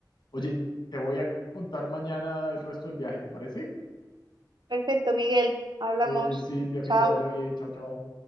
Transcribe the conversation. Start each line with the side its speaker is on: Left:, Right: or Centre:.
Left: Oye, te voy a contar mañana el resto del viaje, ¿te parece?
Right: Perfecto, Miguel, hablamos.
Left: Oye, Silvia, que
Right: Chao.
Left: te vaya bien, chao, chao.